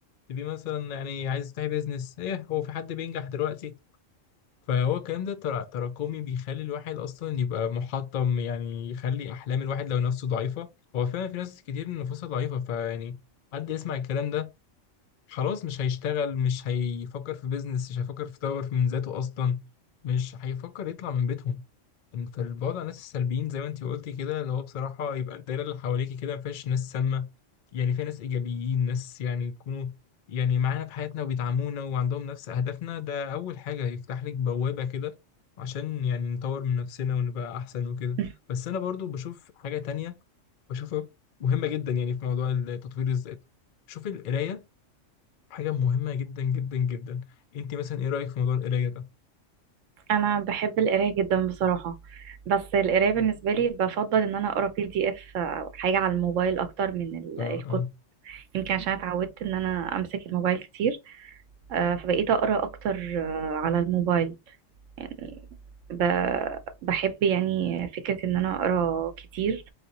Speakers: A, on the left (about 65°); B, on the right (about 75°).
A: تبقي مثلا يعني عايز تفتحي بيزنس ايه هو في حد بينجح دلوقتي فهو الكلام ده ترا- تراكمي بيخلي الواحد اصلا يبقى محطم يعني يخلي احلام الواحد لو نفسه ضعيفه هو فعلا في ناس كتير نفوسها ضعيفه فيعني حد يسمع الكلام ده خلاص مش هيشتغل مش هيفكر في بيزنس مش هيفكر في يطور من ذاته اصلا مش هيفكر يطلع من بيتهم انت البعد عن الناس السلبيين زي ما انت قلتي كده اللي هو بصراحة يبقى الدايرة اللي حواليكي كده ما فيهاش ناس سامة يعني فيها ناس إيجابيين ناس يعني يكونوا يعني معانا في حياتنا وبيدعمونا وعندهم نفس أهدافنا ده أول حاجة يفتح لك بوابة كده عشان يعني نطور من نفسنا ونبقى أحسن وكده
B: <laughs>
A: بس أنا برضو بشوف حاجة تانية بشوفها مهمة جدا يعني في موضوع التطوير الذاتي شوف القراية حاجة مهمة جدا جدا جدا انت مثلا ايه رأيك في موضوع القراية ده؟
B: انا بحب القراية جدا بصراحة بس القراية بالنسبة لي بفضل ان انا اقرا بي دي اف او حاجة على الموبايل اكتر من ال-
A: اه
B: الكتب
A: اه
B: يمكن عشان اتعودت ان انا امسك الموبايل كتير آه، فبقيت اقرا اكتر آه، على الموبايل يعني ب... بحب يعني فكرة إن أنا أقرأ كتير